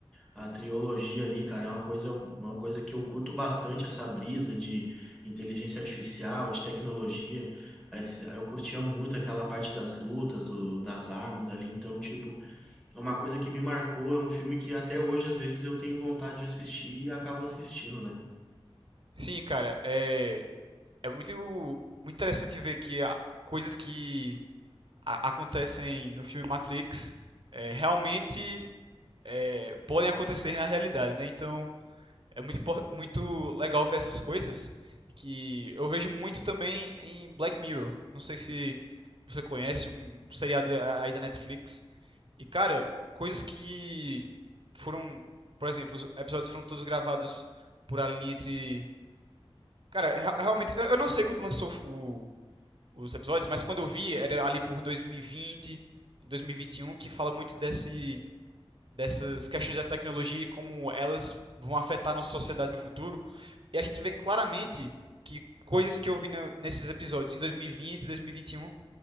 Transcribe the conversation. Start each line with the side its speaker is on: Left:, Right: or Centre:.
Centre: A trilogia ali, cara, é uma coisa, uma coisa que eu curto bastante, essa brisa de inteligência artificial, de tecnologia. Esse- Eu curtia muito aquela parte das lutas, do, das armas ali, então, tipo, uma coisa que me marcou é um filme que até hoje, às vezes, eu tenho vontade de assistir e acabo assistindo, né?
Right: Sim, cara, é, é muito, muito interessante ver que a- coisas que a- acontecem no filme Matrix é, realmente é, podem acontecer na realidade, né? Então é muito, impor- muito legal ver essas coisas que eu vejo muito também em Black Mirror. Não sei se você conhece um seriado aí da Netflix. E cara, coisas que foram, por exemplo, os episódios foram todos gravados por ali entre, cara, rea- realmente eu eu não sei quando lançou o- os episódios, mas quando eu vi era ali por 2020, 2021 que fala muito desse dessas questões da tecnologia e como elas vão afetar a nossa sociedade no futuro. E a gente vê claramente que coisas que eu vi na- nesses episódios em 2020 e 2021